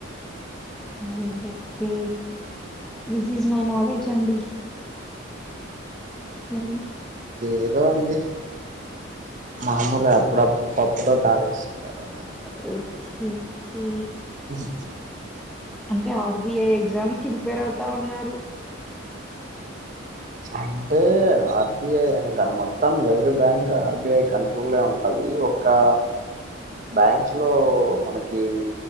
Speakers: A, in the centre; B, on the right (about 40°).
A: మ్ okay this is my knowledge అండి సురేష్
B: ఏదో అండి మామూలు కాద్ ఇప్పుడుప్పుడు పప్పులో కాలేస్తుంటారు అన్నారు
A: ఒకే ఒకే
B: ఉహు
A: అంటే ఆర్బిఐ ఎగ్జామ్స్ కి ప్రిపేర్ అవుతా ఉన్నారు
B: చాన్ అంటే ఆర్బిఐ అని కాదు మొత్తం ఎవరి బ్యాంక్ ఆర్బిఐ కంట్రోల్ ఉంటది ఇకా బ్యాంక్స్ లో మనకి